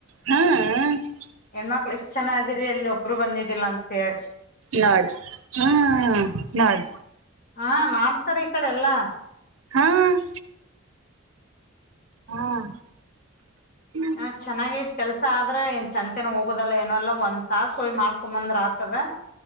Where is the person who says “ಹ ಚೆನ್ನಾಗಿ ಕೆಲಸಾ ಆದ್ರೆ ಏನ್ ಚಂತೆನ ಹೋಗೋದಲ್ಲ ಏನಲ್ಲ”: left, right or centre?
Left